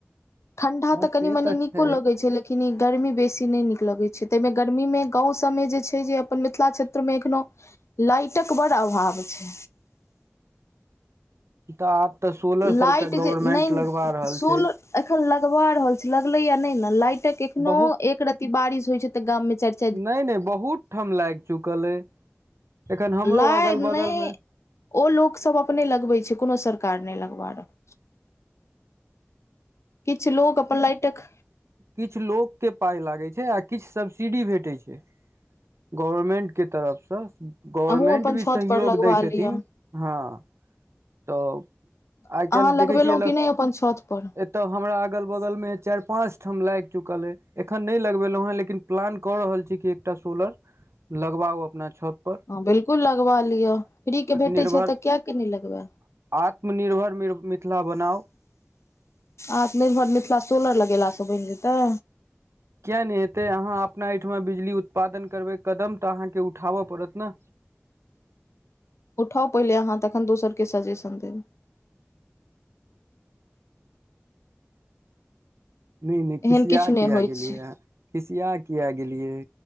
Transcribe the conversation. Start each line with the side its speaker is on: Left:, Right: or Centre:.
Left: ठंडा
Right: बस
Left: तऽ कनी
Right: से
Left: मनी
Right: छै
Left: नीको लगै छैेलई कनी गर्मी बेसी नहि नीक लगैत छै तहिमे गर्मीमे गामव सभमे जे छै जे अपन मिथिला क्षेत्रमे एखनोहु लाइटक बड़ अभाव छै
Right: तऽ आब तऽ सोलर
Left: लाइट
Right: सरकार
Left: जे
Right: गवर्मेंट
Left: नहि
Right: लगवा रहल
Left: सोल
Right: छै
Left: एखन लगवा रहल छी लगलेया नहि ने लाइटक एखनो
Right: बहुत
Left: एक राति बारिश होइ छै तऽ गाम मे चार
Right: नहि नहि बहुत ठाम लाग चुकल अ एखन
Left: छै
Right: हमरो
Left: लाइ
Right: अगल
Left: नहि
Right: बगल मे
Left: ओ लोक सब अपने लगबै छै कोनो सरकार नहि लगबा रह किछु लोग अपन लाइटक
Right: किछ लोक के पाय लागे छै आ किछ सब्सिडी भेटे छै गवर्मेंट के तरफसँ गवर्मेंट
Left: अहूँ अपन छत
Right: भी सहयोग
Left: पर लगबा
Right: दै
Left: लिअ
Right: छथिन हँ तऽ
Left: अहाँ
Right: आइ काल्ह
Left: लगबेलहुँ
Right: देखै छियै लग
Left: कि नहि अपन छत पर
Right: तब हमरा अगल बगल में चार पांच ठाम लाग चुकल हे एखन न नहि लगबेलों हें लेकिन प्लान कऽ रहल छी कि एकटा सोलर लगवाउ अपना छत
Left: हँ बिलकुल लगवा लिअ फ्रीके भेटै
Right: निर्भर
Left: छै तऽ किए कि नहि लगबाय
Right: आत्मनिर्भर मिथिला बनाउ
Left: आत्मनिर्भर मिथिला सोलर लगेल से बन जेतै
Right: किया नहि एेतै अहाँ अपना एहिठमा बिजली उत्पादन करबै कदम तऽ अहाँके उठाबऽ पड़त ने
Left: उठाउ पहिले अहाँ तखन दोसरके सजेशन देबै
Right: नहि नहि
Left: एहन
Right: खिसिआ
Left: किछु नहि
Right: कियाक
Left: होइ
Right: गेलियै
Left: छै
Right: खिसिआ किया गेलियै